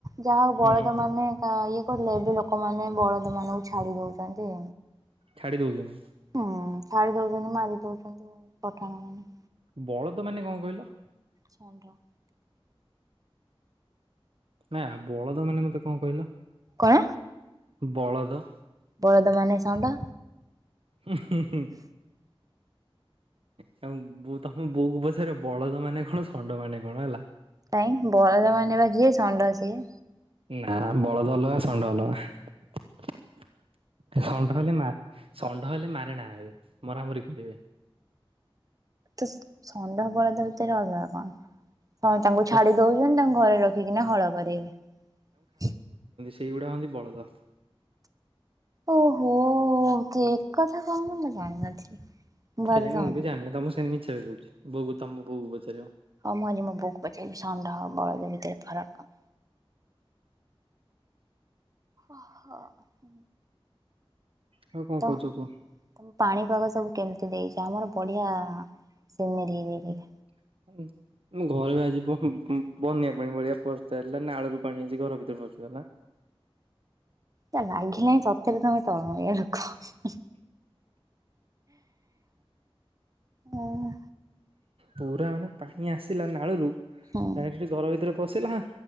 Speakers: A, on the right; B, on the right.
A: ଯାହାହଉ ବଳଦ
B: ହୁଁ
A: ମାନେ ଇଏ ପର ଏବେ ଲୋକମାନେ ବଳଦ ମାନଙ୍କୁ ଛାଡି ଦଉଛନ୍ତି।
B: ଛାଡି ଦଉଛନ୍ତି।
A: ହୁଁ, ଛାଡି ଦଉଛନ୍ତି, ମାରି ଦଉଛନ୍ତି ପଠାଣ ମାନେ।
B: ବଳଦ ମାନେ କଣ କହିଲ?
A: ଷଣ୍ଢ।
B: ନା ବଳଦ ମାନେ ମତେ କ'ଣ କହିଲ?
A: କ'ଣ?
B: ବଳଦ।
A: ବଳଦ ମାନେ ଷଣ୍ଢ।
B: ଉଁ ହୁଁ ହୁଁ ତମ ବୋଉ ତମ ବୋଉକୁ ପଚାର ବଳଦ ମାନେ କ'ଣ? ଷଣ୍ଢ ମାନେ କ'ଣ? ହେଲା।
A: କାଇଁ ବଳଦ ମାନେ ବା ଯିଏ ଷଣ୍ଢ ସିଏ।
B: ନା ବଳଦ ଅଲଗା, ଷଣ୍ଢ ଅଲଗା। ଷଣ୍ଢ ହେଲେ ମା ଷଣ୍ଢ ହେଲେ ମାରେଣା ଏବେ, ମରାମରି କରିବେ।
A: ତସ୍ ଷଣ୍ଢ ବଳଦ ଭିତରେ ଅଲଗା କ'ଣ? ହଁ ତାଙ୍କୁ
B: ପ
A: ଛାଡି ଦଉଛନ୍ତି, ତାଙ୍କୁ ଘରେ ରଖିକିନା ହଳ କରିବେ।
B: ଏଇଗୁଡା ହନ୍ତି ବଳଦ।
A: ଓହୋ ସେ କଥା କହୁନ, ମୁଁ ଜାଣିନଥିଲି। ଭାବେ
B: କେ ଜାଣି,
A: ଷଣ୍ଢ।
B: ମୁଁ ବି ଜାଣିନି। ତମକୁ ସେମିତି ମିଛରେ କହୁଛି ବୋଉକୁ ତମ ବୋଉକୁ ପଚାରିବ।
A: ହଉ ମୁଁ ଆଜି ମୋ ବୋଉକୁ ପଚାରିବି, ଷଣ୍ଢ ବଳଦ ଭିତରେ ଫରକ୍ କଣ? ଅହ ହୁଁ <unintelligible>
B: ଆଉ କଣ
A: ତ
B: କହୁଛ
A: ତମ
B: କୁହ।
A: ପାଣି ପାଗ ସବୁ କେମିତି ଦେଇଛି? ଆମର ବଢିଆ ସିନେରି ହେଇଯାଇଛି।
B: <unintelligible> ଘରେ ଆଜି ବ ହୁଁ ହୁଁ ବନ୍ୟା ପାଣି ମଳିଆ ପଶଚାଲା ନାଳରୁ ପାଣି ଆସି ଘର ଭିତରେ ପଶିଗଲା।
A: ତା ଲାଘିଲେ ସତ୍ ସତରେ ତମେ ତଳମଳିଆ ଲୋକ। ହୁଁ। ହୁଁ।
B: ପୁରା ମାନେ ପାଣି ଆସିଲା ନାଳରୁ
A: ହୁଁ
B: ଡାଇରେକ୍ଟ ଘର ଭିତରେ ପସିଲା।